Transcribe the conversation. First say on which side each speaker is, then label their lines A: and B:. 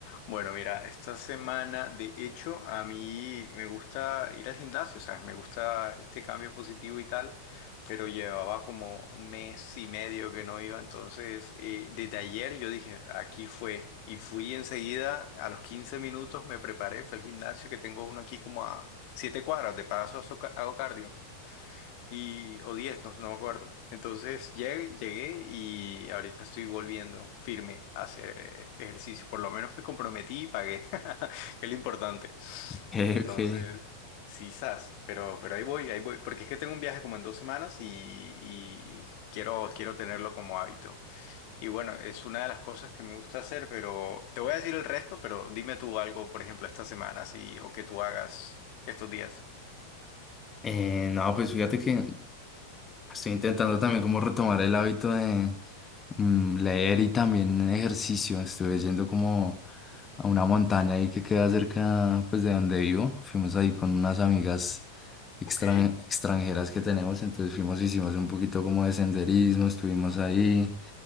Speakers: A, on the left; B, on the left.
A: Bueno, mira, esta semana, de hecho, a mí me gusta ir al gimnasio, ¿sabes? Me gusta este cambio positivo y tal, pero llevaba como un mes y medio que no iba, entonces eh, desde ayer yo dije, aquí fue, y fui enseguida, a los 15 minutos me preparé, fue al gimnasio que tengo uno aquí como a 7 cuadras, de paso hago ca- hago cardio y, o 10 no, no me acuerdo. Entonces llegué, llegué y ahorita estoy volviendo firme a hacer eh, ejercicio. Por lo menos me comprometí y pagué, <laughs> que es lo importante.
B: Eh,
A: Entonces,
B: ok.
A: sí, sas, pero, pero ahí voy, ahí voy, porque es que tengo un viaje como en dos semanas y, y quiero, quiero tenerlo como hábito. Y bueno, es una de las cosas que me gusta hacer, pero te voy a decir el resto, pero dime tú algo, por ejemplo, esta semana, así, o que tú hagas estos días.
B: Eh, no, pues fíjate que estoy intentando también como retomar el hábito de, Mm, leer y también ejercicio. Estuve yendo como a una montaña ahí que queda cerca pues de donde vivo. Fuimos ahí con unas amigas extran-
A: Ok,
B: extranjeras que tenemos, entonces fuimos, hicimos un poquito como de senderismo, estuvimos ahí